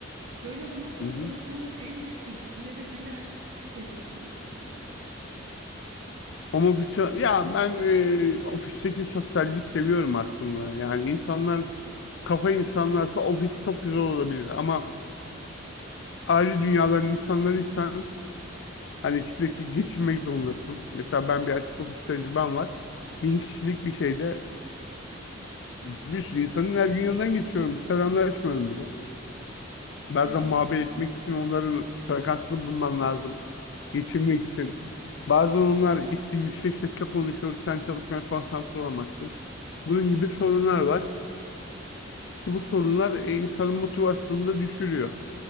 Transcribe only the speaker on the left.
Hı hı.
Homofiksiyel, ya ben e, ofisteki sosyalliği seviyorum aslında. Yani insanlar, kafa insanlarsa ofis çok güzel olabilir ama ayrı dünyaların insanlarıysan hani sürekli geçinmek zorundasın. Mesela ben bir açık ofis tecrübem var. Bin kişilik bir şeyde bir sürü insanın her gün yanından geçiyorum. Selamlaşmıyorum bile. Bazen
muhabbet etmek için onların frekansını bulman lazım. Geçinmek için. Bazen onlar işte yüksek sesle konuşuyor. Sen çalışmaya konsantre olamazsın. Bunun gibi sorunlar var. Ki Bu sorunlar e, insanın motivasyonunu da düşürüyor.